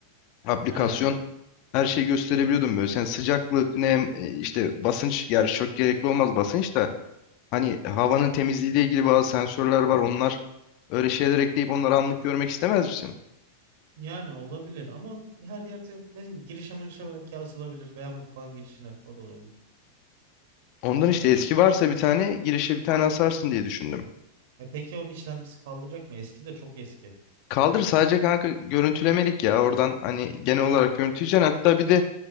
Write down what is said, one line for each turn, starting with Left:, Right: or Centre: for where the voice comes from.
Left: Aplikasyon.
Right: He,
Left: Her şeyi gösterebiliyordum böyle. Sen sıcaklık, nem, e, işte basınç. Yani çok gerekli olmaz basınç da. Hani havanın temizliğiyle ilgili bazı sensörler var. Onlar öyle şeyler ekleyip onları anlık görmek istemez misin?
Right: Yani olabilir ama onu her yerde ne bileyim girişe mirişe belki asılabilir veya mutfağın girişine o da olabilir.
Left: Ondan
Right: Bak
Left: işte
Right: onu
Left: eski varsa bir tane girişe bir tane asarsın diye düşündüm.
Right: e peki onun işlemcisi kaldıracak mı? Eski de çok eski.
Left: Kaldır sadece kanka görüntülemelik ya. Oradan hani genel olarak görüntüleyeceksin. Hatta bir de